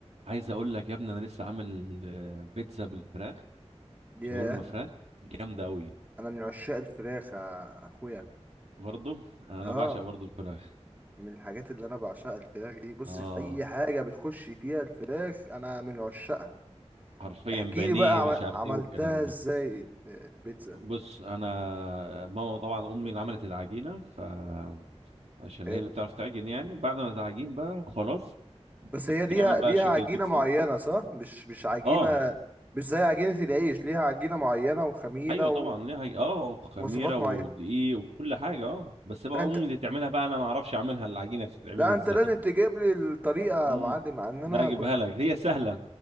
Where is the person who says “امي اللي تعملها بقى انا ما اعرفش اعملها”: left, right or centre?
Right